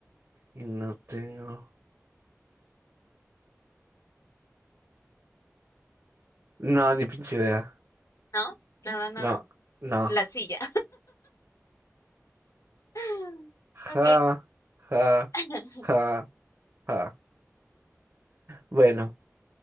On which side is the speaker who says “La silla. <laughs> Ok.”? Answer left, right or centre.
Left